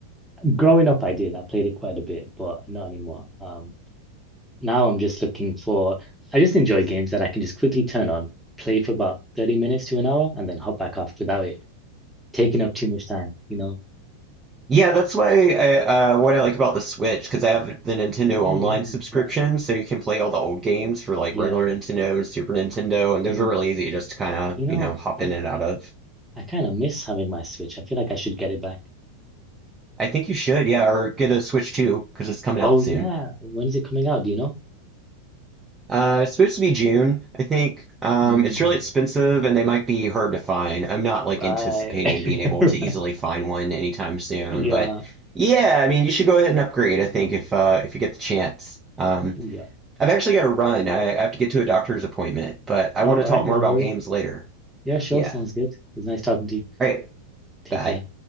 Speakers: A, in the centre; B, on the right.
A: Growing up, I did. I played it quite a bit, but not anymore. Um, now I'm just looking for, I just enjoy games that I can just quickly turn on, play for about 30 minutes to an hour, and then hop back off without it taking up too much time, you know?
B: Yeah, that's why I, uh, what I like about the Switch because I have the Nintendo
A: Oh,
B: Online
A: yeah,
B: subscription,
A: yeah,
B: so you can play all the old games for like
A: yeah.
B: regular Nintendo and Super Nintendo, and those
A: Mm.
B: are really easy just to kind of
A: You know,
B: you know hop
A: I,
B: in and out of.
A: I kind of miss having my Switch. I feel like I should get it back.
B: I think you should, yeah, or get a Switch 2 because it's coming
A: Oh
B: out soon.
A: yeah, when is it coming out? Do you know?
B: Uh, it's supposed to be June, I think. Um,
A: Mm,
B: it's really expensive and they might be hard to find. I'm not like
A: right.
B: anticipating being able
A: <laughs>
B: to easily find one anytime soon,
A: Yeah,
B: but yeah, I mean, you should go ahead and upgrade, I think, if uh, if you get the chance. Um,
A: yeah.
B: I've actually got to run. I I have to get to a doctor's appointment, but I
A: All
B: want
A: right,
B: to talk
A: no
B: more about
A: worries.
B: games later.
A: Yeah, sure,
B: Yeah.
A: sounds good. It's nice talking to you.
B: All right.
A: Take
B: Bye.
A: care.